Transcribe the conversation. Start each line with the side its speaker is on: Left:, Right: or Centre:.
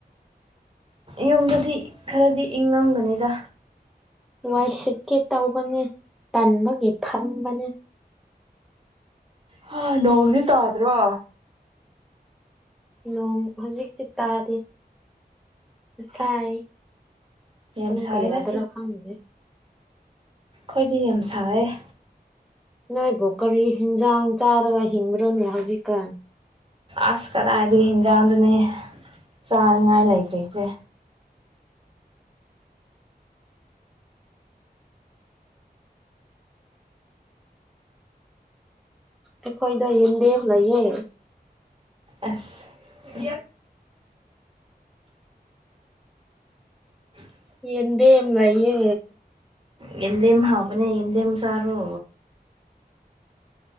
Right: ꯌꯨꯝꯗꯗꯤ ꯈꯔꯗꯤ ꯏꯪꯉꯝꯒꯅꯤꯗ
Centre: ꯋꯥꯏ ꯁꯤꯠꯀꯦ ꯇꯥꯎꯕꯅꯤ ꯇꯟꯕꯒꯤ ꯐꯝꯕꯅꯤ
Right: ꯍꯥ ꯅꯣꯡꯗꯤ ꯇ꯭ꯗꯣ
Centre: ꯅꯣꯡ ꯍꯧꯖꯤꯛꯇꯤ ꯇꯥꯗꯦ ꯉꯁꯥꯏ
Right: ꯑꯁ ꯌꯥꯝ
Centre: ꯄꯨꯡ
Right: ꯁꯥꯏꯗ
Centre: ꯀꯌꯥ ꯇꯔꯥ ꯈꯪꯕꯦ
Right: ꯈꯣꯏꯗꯤ ꯌꯥꯝ ꯁꯥꯏꯌꯦ
Centre: ꯅꯣꯏ ꯚꯣꯀꯔꯤ ꯍꯦꯟꯖꯥꯡ ꯆꯥꯔꯒ ꯍꯤꯡꯕ꯭ꯔꯅꯤ ꯍꯧꯖꯤꯛꯀꯥꯟ
Right: ꯑꯁ ꯀꯗꯥꯏꯗꯤ ꯍꯤꯟꯖꯥꯡꯗꯨꯅꯦ ꯆꯥꯅꯤꯡꯉꯥꯏ ꯂꯩꯇ꯭ꯔꯤꯁꯦ
Centre: ꯑꯩꯈꯣꯏꯗ ꯌꯦꯟꯗꯦꯝ ꯂꯩꯌꯦ
Right: ꯑꯦꯁ <inaudible> <inaudible>
Centre: ꯌꯦꯟꯗꯦꯝ ꯂꯩꯌꯦ
Right: ꯍꯤꯗꯦꯝ ꯍꯥꯥꯎꯕ ꯍꯤꯡꯗꯦꯝ ꯁꯥꯔꯣ